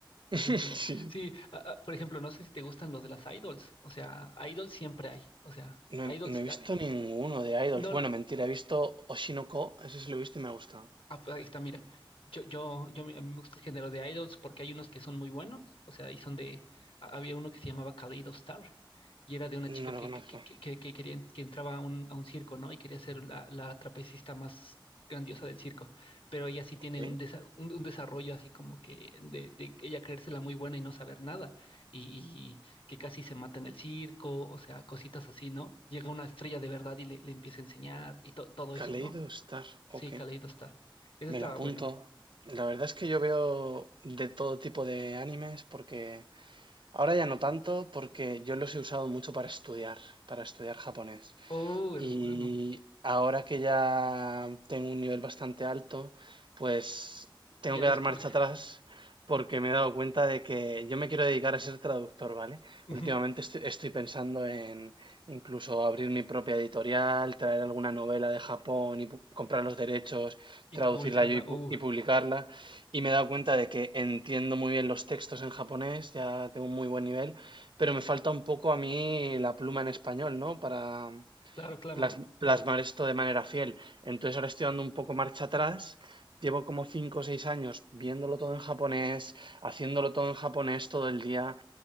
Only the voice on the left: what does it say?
Por
ejemplo,
sí, a- a- por ejemplo, no sé si te gustan los de las idols, o sea, idols siempre hay, o sea,
idols,
a-
no,
Ah, pues ahí está, mira. Yo, yo, yo, me- a mí me gusta el género de idols porque hay unos que son muy buenos, o sea, y son de, ha- había uno que se llamaba Kaleido Star y era de una
chica
que,
que, que, que, que que quería, que entraba a un, a un circo, ¿no? Y quería ser la, la trapecista más grandiosa del circo, pero ella sí tiene
un, desa- un, un desarrollo así como que de, de ella creérsela muy buena y no saber nada y, y que casi se mata en el circo, o sea, cositas así, ¿no? Llega una estrella de verdad y le, le empieza a enseñar y to- todo eso,
¿no?
Sí,
Kaleidostar. Ese
estaba
bueno.
Uh,
hermano.
Ya
les
pones.
<laughs>
Ujú.
Y
tú publicarla.
Uh,
claro, claro.